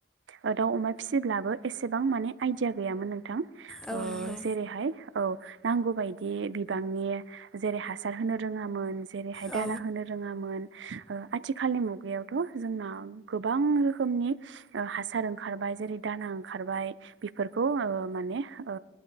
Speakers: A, on the right; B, in the centre.
A: ओ दाउ अमा फिसिब्लाबो एसेबां माने आइदिया गैयामोन नों थां
B: औ
A: ओ
B: नंगौ
A: जेरैहाय औ नांगौ बायदि बिबांनि जेरै हासार होनो रोङामोन जेरैहाय
B: औ नंगौ औ
A: दाना होनो रोङामोन आथिखालनि ओ मुगायावथ' जोंनााव गोबां रोखोमनि ओ हासार ओंखारबाय जेरै दाना ओंखारबाय बेफोरखौ ओ माने ओ